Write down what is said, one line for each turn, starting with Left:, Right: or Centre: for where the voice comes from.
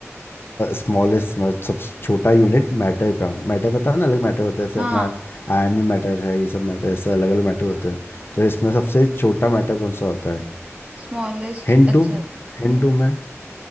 Left: स्मॉलेस्ट मतलब सबसे छोटा यूनिट मैटर का मैटर पता है ना अलग मैटर होता है जैसे
Right: हाँ
Left: अपना आयन में मैटर है ये सब मैटर ऐसे अलग अलग मैटर होते हैं तो इसमें सबसे छोटा मैटर कौन सा होता है
Right: स्मॉलेस्ट
Left: हिंट
Right: अच्छा
Left: दूँ हिंट
Right: न-
Left: दूँ मैं